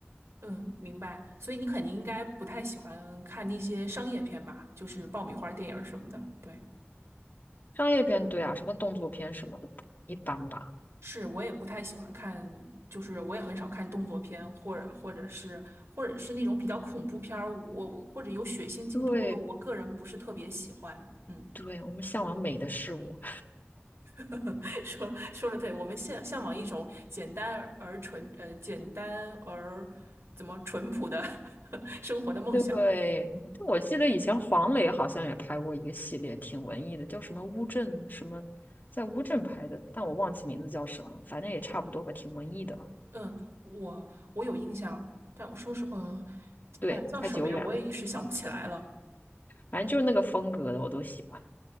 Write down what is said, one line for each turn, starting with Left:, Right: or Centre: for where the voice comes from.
Right: 嗯，明白。所以你肯定应该不太喜欢看那些商业片吧，就是爆米花电影儿什么的。对。
Left: 商业片，对啊，什么动作片什么的，一般吧。
Right: 是我也不太喜欢看，就是我也很少看动作片，或者或者是或者是那种比较恐怖片儿，我我或者有血腥镜头的，
Left: 对
Right: 我个人不是特别喜欢。嗯，
Left: 对，我们向往美的事物。
Right: <laughs> 说说的对，我们向向往一种简单而纯呃简单而怎么淳朴的 <laughs> 生活的梦想。
Left: 对，
Right: 嗯
Left: 我记得以前黄磊好像也拍过一个系列，挺文艺的，叫什么乌镇什么，在乌镇拍的，但我忘记名字叫什么，反正也差不多吧，挺文艺的。
Right: 嗯，我我有印象，但我说是呃，
Left: 对，
Right: 哎呀叫什么呀？
Left: 太久远了，
Right: 我也一时想不起来了。
Left: 反正就是那个风格的，我都喜欢。